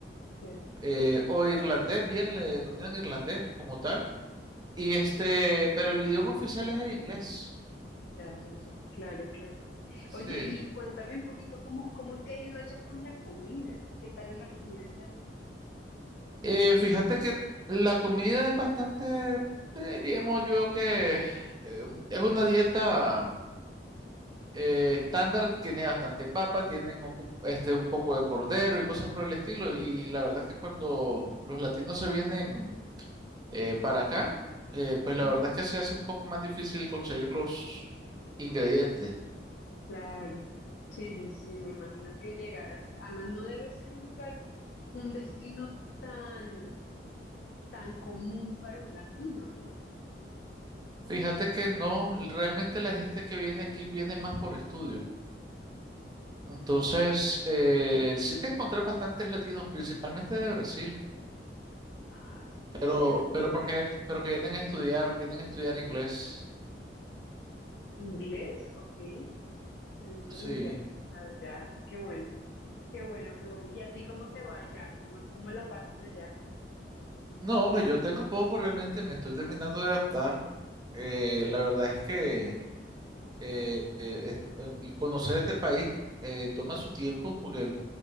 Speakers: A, on the left; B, on the right.
A: Ya,
B: eh, o irlandés, bien le denominan irlandés como tal, y este, pero el idioma oficial es el inglés,
A: ya, ya, ya. Claro, claro.
B: sí.
A: Oye, y cuéntame un poquito cómo, cómo te ha ido allá con la comida. ¿Qué tal es la comida allá?
B: Eh, fíjate que la comida es bastante, diríamos yo que eh, es una dieta eh, estándar, tiene bastante papa, tienen ocu- este, un poco de cordero y cosas por el estilo, y la verdad es que cuando los latinos se vienen Eh, para acá, eh, pues
A: Ujú.
B: la verdad es que se hace un poco más difícil conseguir los ingredientes.
A: Claro. Sí, sí, sí, me imagino que llegar hasta, además no debe ser un lugar, un destino tan, tan común para un latino, ¿no?
B: Fíjate que no, realmente la gente que viene aquí viene más por estudio. Entonces,
A: Ok.
B: eh, sí te encontrás bastantes latinos, principalmente de Brasil,
A: Ah, sí,
B: pero,
A: es que los
B: pero porque,
A: brasileños son
B: pero
A: muchos.
B: que vienen a estudiar, vienen a estudiar inglés.
A: ¿Inglés? Ok. Yo nunca
B: Sí.
A: lo hubiera pensado ya. Qué bueno, qué bueno, qué bueno. ¿Y a ti cómo te va allá? ¿Cómo, cómo la pasas allá?
B: No, pues yo tengo poco realmente, me estoy terminando de adaptar. Eh, la verdad es que eh, eh, es- em, conocer este país eh, toma su tiempo porque